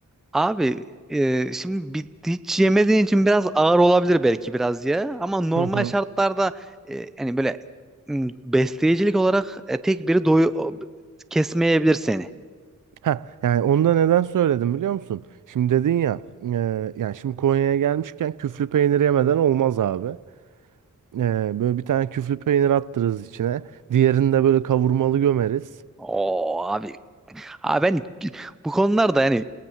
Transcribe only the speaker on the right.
Hı hı.
Ha, yani onu da neden söyledim biliyor musun? Şimdi dedin ya e, yani şimdi Konya'ya gelmişken küflü peynir yemeden olmaz abi. E, böyle bir tane küflü peynir attırırız içine. Diğerini de böyle kavurmalı gömeriz.